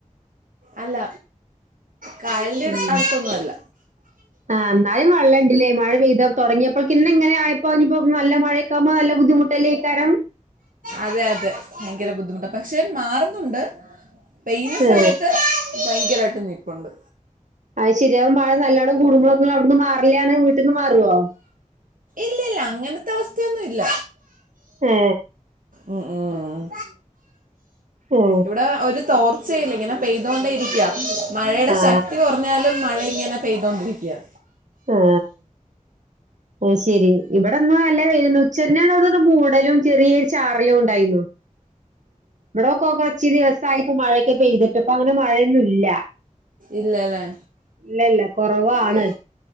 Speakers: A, on the right; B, on the right.
A: അല്ല കായലിന്റെ
B: ഉം
A: അടു- അടുത്തൊന്നും അല്ല
B: ആ എന്നയും വെള്ളം ഇല്ലേ മഴ പെയ്ത തുടങ്ങിയപ്പോക്കന്നെ ഇങ്ങനെ ആയപ്പോ അപ്പോ നല്ല മഴൊക്കാവുമ്പോ നല്ല ബുദ്ധിമുട്ടല്ലേ ക്കാരം
A: അതെ അതെ ഭയങ്കര ബുദ്ധിമുട്ട് പക്ഷെ മാറുന്നുണ്ട് പെയ്യുന്ന
B: ഏ
A: സമയത്ത് ഭയങ്കരയിട്ട് നിപ്പുണ്ട്
B: അത് ശരിയാകും മഴ നല്ലോണം കൂടുമ്പോളൊക്കും അവിടുന്ന് മാറില്ലാണ് വീട്ടിൽന്ന് മാറുവോ
A: ഇല്ലല്ല അങ്ങനത്തെ അവസ്ഥയൊന്നും ഇല്ല
B: ആ
A: ഉം ഉം
B: ഏ
A: ഇവിടെ ഒരു തോർ തീച്ചല്ല ഇങ്ങനെ പെയ്തോണ്ടേ ഇരിക്കാ മഴയുടെ
B: ആ
A: ശക്തി കുറഞ്ഞാലും മഴ ഇങ്ങനെ പെയ്തോണ്ട്‌രിക്ക്യാ
B: ആ അത് ശെരി ഇവിടെന്ന് നല്ല വെയില്ണ്ട് ഉച്ച ഞ്ഞാട് അവ്ട്ന്നൊരു മൂടലും ചെറിയെര് ചാറലുംണ്ടായ്ന്നു ഇവിടോക്കാെ കൊർച്ച് ദിവസായിട്ട് മഴെ പെയ്തിട്ട് ഇപ്പ അങ്ങനെ മഴെന്നുംല്ല
A: ഇല്ല അല്ലേ
B: ഇല്ലല്ല കൊറവാണ്
A: എ-